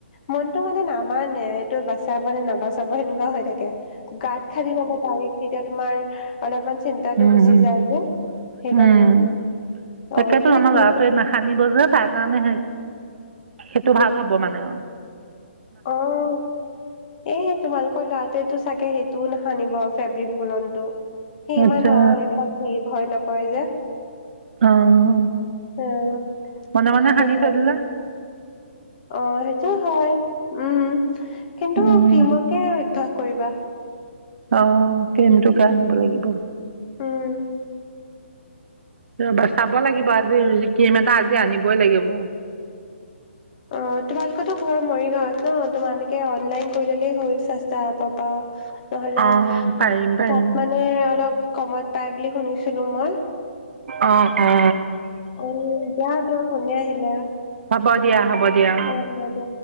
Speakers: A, on the left (about 40°); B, on the right (about 60°).
A: মনতটো মানে নামানে তই বাচা মানে নাবাচাব সেনেকুৱা হৈ থাকে। গাঁত খান্দি মানে তাৰে <unintelligible> এতিয়া তোমাৰ অলপমান চিন্তাটো
B: উম-উম-উম
A: গুচি যায় যে। সেইকাৰণে
B: তাকেতো
A: অ তুমি
B: আমাৰ
A: কি
B: ল'ৰাটোৱে নখানিব যে তাৰ কাৰণে হেই সেইটো ভাল হ'ব মানে অহ।
A: অহ' এহে তোমালোকৰ লৰাটোৱে তো চাগে সেই তো নখানিব ফেব্ৰিক লন টো। সেইমান
B: আচ্ছা
A: এইবিলাক সেই ভয় নকৰে যে।
B: অ'
A: উম
B: মনে -মনে
A: সেইকাৰণে।
B: সানি থৈ দিলে।
A: অ' সেইটো হয় উ'ম কিন্তু
B: উম
A: ক্ৰীমকে অভ্যাস কৰিবা।
B: অ' ক্ৰীমটোকে আনিব লাগিব।
A: উ'ম।
B: ৰবা চাব লাগিব আজি ক্ৰীম এটা আজি আনিবই লাগিব।
A: অ' তোমালোকৰটো ঘৰৰ মৰিগাঁৱত ন। তোমালোকে অনলাইন কৰি ললেই হল স্ৰষ্টা এপৰ পৰা। ন'হলে
B: অ পাৰিম পাৰিম
A: প'প মানে অলপ। ক'মত পাই বুলি শুনিছিলো। মই।
B: অ', অ'।
A: অ' যা তোমাৰ ফোনে আহিলে।
B: হ'ব দিয়া, হ'ব দিয়া।
A: অ হ'ব দিয়া